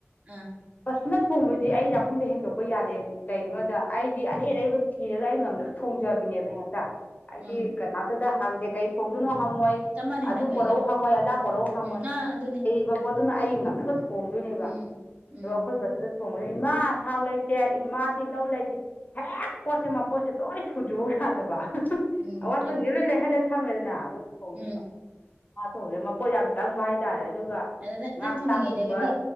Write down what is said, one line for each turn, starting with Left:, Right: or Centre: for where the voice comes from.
Right: ꯎꯝ
Left: ꯄꯁꯨꯅ ꯊꯣꯡꯕꯗꯤ ꯑꯩ ꯆꯥꯛꯈꯨꯝꯗ ꯍꯦꯟꯗꯣꯛꯄ ꯌꯥꯗꯦ ꯀꯩꯒꯤꯅꯣꯗ ꯑꯩꯗꯤ ꯑꯔꯩ
Right: ꯎꯝ
Left: ꯑꯔꯩꯕ ꯊꯤꯔꯒ ꯑꯩ ꯉꯝꯅꯕ ꯊꯣꯡꯖꯕꯤꯅꯦꯕ ꯍꯦꯛꯇ ꯑꯩꯗꯤ
Right: ꯎꯝ
Left: ꯀꯅꯥꯝꯇꯗ ꯍꯪꯗꯦ ꯀꯩ ꯈꯣꯡꯗꯨꯅ ꯍꯪꯉꯣꯏ
Right: ꯆꯞ ꯃꯥꯟꯅꯩ
Left: ꯑꯗꯨ
Right: ꯅꯪꯒ
Left: ꯄꯣꯔꯛꯎ
Right: ꯑꯩꯒ
Left: ꯍꯪꯉꯣꯏ ꯑꯗꯥ ꯄꯣꯔꯛꯎ ꯍꯪꯉꯣꯏ
Right: ꯎꯝ ꯑꯥ ꯑꯗꯨꯅꯦ
Left: ꯑ ꯍꯣꯢ ꯑꯗꯨꯅ ꯑꯩ ꯉꯝꯅꯕ ꯊꯣꯡꯗꯣꯏꯅꯦꯕ
Right: ꯎꯝ ꯎꯝ
Left: ꯑꯣ ꯑꯩꯈꯣꯏ ꯕꯁꯗ ꯊꯣꯡꯕꯅꯤ ꯏꯃꯥ ꯑ ꯊꯥꯎ ꯂꯩꯇꯦ ꯏꯃꯥ ꯇꯤꯜꯍꯧ ꯂꯩꯇꯦ ꯍꯦꯛ ꯄꯣꯠꯁꯦ ꯃꯄꯣꯠꯁꯦ ꯂꯣꯏ ꯁꯨꯗꯔꯤꯕꯧ ꯌꯥꯗꯕ
Right: ꯎꯝ
Left: ꯑꯋꯥꯠꯄꯁꯤꯡ ꯂꯣꯏ ꯂꯩꯍꯜꯂꯦ ꯊꯝꯃꯦꯗꯅ ꯑꯗꯨ ꯊꫭꯡꯗꯣꯏꯕ
Right: ꯎꯝ
Left: ꯃꯥ ꯇꯧꯕꯖ ꯃꯄꯣꯠ ꯌꯥꯝ ꯆꯪꯕ ꯍꯥꯏꯇꯥꯔꯦ ꯑꯗꯨꯒ
Right: ꯑꯗꯨ ꯅ ꯅꯪ
Left: ꯉꯥ
Right: ꯊꯣꯡꯉꯉꯩꯗꯒꯗꯤ
Left: ꯆꯥꯛꯀꯨꯝꯕ